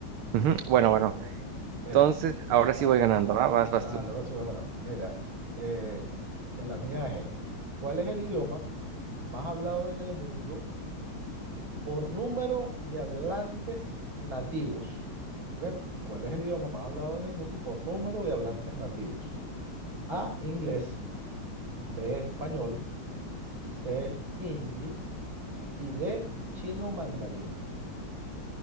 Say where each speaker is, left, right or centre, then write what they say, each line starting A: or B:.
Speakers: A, on the right; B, on the right.
A: Ujú,
B: Perfecto.
A: Bueno, bueno,
B: No, no. Mira,
A: entonces ahora
B: ay,
A: sí voy ganando, ¿va? Vas,
B: dale,
A: vas tú.
B: ahora sí vas ganando. Mira, eh, la mía es esta. ¿Cuál es el idioma más hablado en el mundo por número de hablantes nativos? ¿Ok? ¿Cuál es el idioma más hablado en el mundo por número de hablantes nativos? A, inglés, B, español, C, hindi y D, chino mandarín.